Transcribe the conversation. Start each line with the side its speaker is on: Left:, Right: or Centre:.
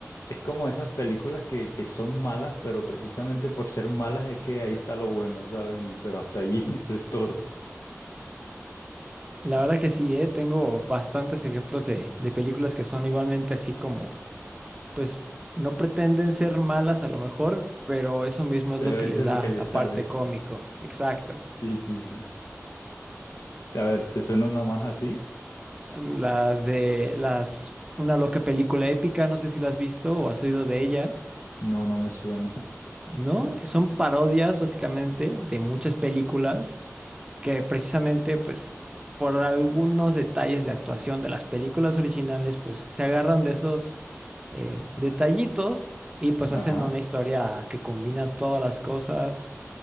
Left: Es como esas películas que, que son malas, pero precisamente por ser malas es que ahí está lo bueno, ¿sabes? Y, pero hasta allí, <laughs> eso es todo.
Right: La verdad que sí, eh, tengo bastantes ejemplos de, de películas que son igualmente así como, pues, no pretenden ser malas a lo mejor, pero eso mismo es
Left: Pero
Right: lo que
Left: eso
Right: le da
Left: es lo que le
Right: la
Left: sale.
Right: parte cómico. Exacto.
Left: Sí, sí, sí. A ver, ¿te suena una más así?
Right: Em, Las de las, una loca película épica, no sé si la has visto o has oído de ella.
Left: No, no me suena.
Right: ¿no? Son parodias básicamente de muchas películas que precisamente pues por algunos detalles de actuación de las películas originales pues se agarran de esos eh, detallitos y pues
Left: Ajá.
Right: hacen una historia que combina todas las cosas